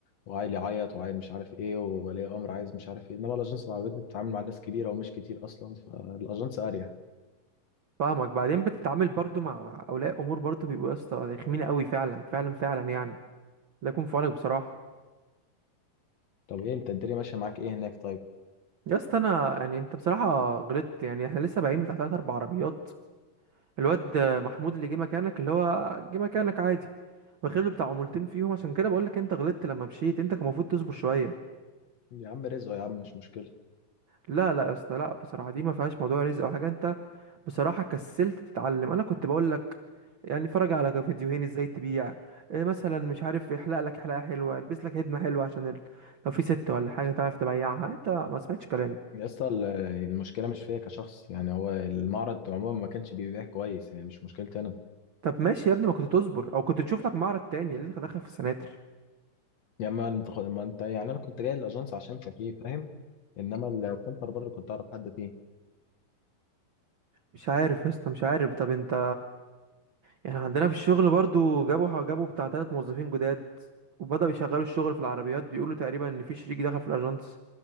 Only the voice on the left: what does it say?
وعيل يعيط وعيل مش عارف ايه وولي امر عايز مش عارف ايه انما الاجنس العربية بتتعامل مع ناس كبيرة ومش كتير اصلا فالاجنس اريح
طب ايه انت الدنيا ماشية معاك ايه هناك طيب
يا عم رزقه يا عم مش مشكلة
يا اسطى ال- المشكلة مش فيا كشخص يعني هو المعرض عموما ما كانش بيبيع كويس يعني مش مشكلتي انا
يا اما انت خ- ما انت يعني انا كنت جاي الاجنس عشان كان فيه فاهم انما السنتر برضه كنت اعرف حد فيه